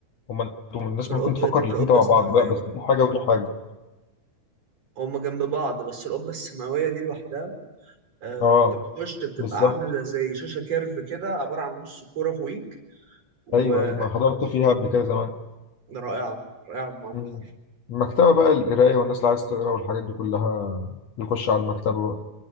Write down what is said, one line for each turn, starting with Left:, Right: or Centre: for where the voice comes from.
Left: هما أنتوا من الناس
Right: القبة
Left: ممكن تفكر الاتنين
Right: القبة
Left: تبع
Right: السماوية
Left: بعض بقى بس دي حاجة ودي حاجة
Right: هما جنب بعض بس القبة السماوية دي لوحدها آه،
Left: أه
Right: انت بتخش بتبقى
Left: بالظبط
Right: عامله زي شاشه كيرف كده عباره عن نص كوره فوقيك و...
Left: أيوه أيوه ما حضرت
Right: و...
Left: فيها قبل كده زمان
Right: رائعه رائعه بمعنى
Left: مم.
Right: الحرفي
Left: المكتبة بقى القراية والناس اللي عايز تقرا والحاجات دي كلها بيخش
Right: مم.
Left: على المكتبة بقى